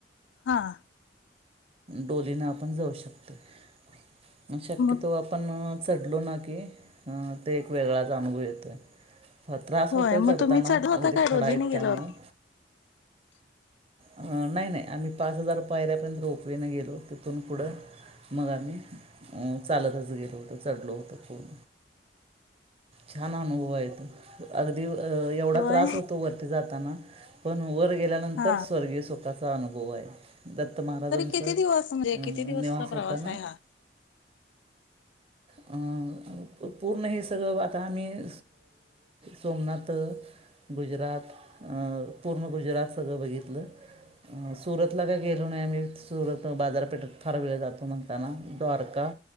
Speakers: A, on the left; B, on the right.
A: हां.
B: डोलीनं आपणं जाऊं शकतो शक्यंतो
A: मग
B: आपणं पणं चढलो नां की अं ते एक वेगळांच अनुभव येतोय. त्रांस
A: होय
B: होतो
A: मग
B: चढतांना
A: तुम्ही चढला होता
B: अगदी
A: काय डोलीने
B: खंडा येतं
A: गेल्यावर
B: त्यांमुळं. नाहीं नाहीं आम्हीं पांच हजार पायऱ्यांपर्यंत रोपवेने गेलो तिथूंन पुढं. मंग आम्हीं चालंतच गेलो होतो चढलो होतो खोन छांन अनुभव आहे तो अगदीं एवढां
A: होय
B: त्रांस होतो वरती जातांना. पणं वरं गेल्यानंतर
A: हा
B: स्वर्गीय सुखांचा अनुभव आहे. दत्तं महाराजांचं
A: तरी किती दिवस म्हणजे किती दिवसचा
B: निवासं
A: प्रवास
B: होतांना.
A: आहे हा
B: <inaudible> <unintelligible> पूर्ण हे सगळं आतां आम्हीं सोमनांथ गुजरांत पूर्ण गुजरांत सगळं बघितलं. सुरतलां कायं गेलो नाहीं मी सुरतला बाजांरपेठेतं फांर वेळं जातो म्हणतांना द्वारकां